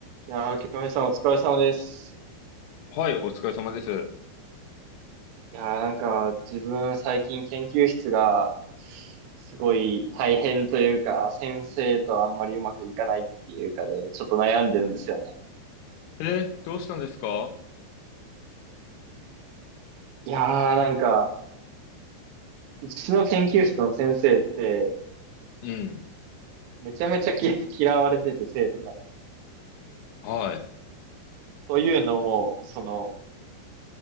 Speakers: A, on the right (about 70°); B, on the left (about 75°).
A: いやー、京平さんお疲れ様です。
B: はい、お疲れ様です。
A: いやー、なんか、自分最近研究室が、すごい大変というか、先生とあんまりうまくいかないっていうかで、ちょっと悩んでるんですよね。
B: えー、どうしたんですか
A: いやー、なんか、うちの研究室の先生って、
B: うん。
A: めちゃめちゃき嫌われてて、生徒から。
B: はい。
A: というのも、その、